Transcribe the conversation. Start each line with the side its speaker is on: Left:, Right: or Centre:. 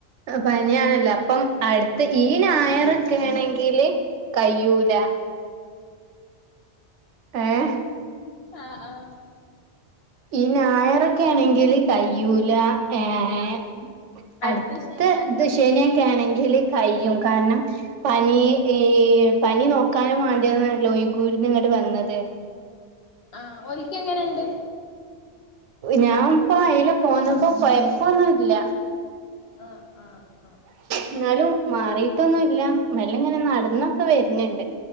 Right: പനിയാണല്ലോ അപ്പം അടുത്ത് ഈ ഞായറൊക്കെ ആണെങ്കില് കയ്യൂല ഏഹ്
Left: ആഹ് ആഹ്
Right: ഈ ഞായറൊക്കെ ആണെങ്കില് കയ്യൂല ഏഹ്
Left: എന്നാ അടുത്ത
Right: അടുത്ത്
Left: ശനിയാക്കാം
Right: ഇത് ശനിയൊക്കെ ആണെങ്കില് കയ്യും കാരണം പനി ഏ പനി നോക്കാനും വാണ്ടിയിരുന്നല്ലോ ഈ കുരുന്ന് ട്ട് വന്നത്
Left: ആഹ് ഓലിക്ക്‌ എങ്ങനെയുണ്ട്
Right: ഞാൻ ഇപ്പം അയിലേ പോന്നപ്പോ കൊയപ്പവൊന്നും ഇല്ല
Left: ആഹ് ആഹ് ആഹ്
Right: എന്നാലും മാറിയിട്ടൊന്നും ഇല്ല മെല്ലെ ഇങ്ങനെ നടന്നൊക്കെ വരുന്നുണ്ട്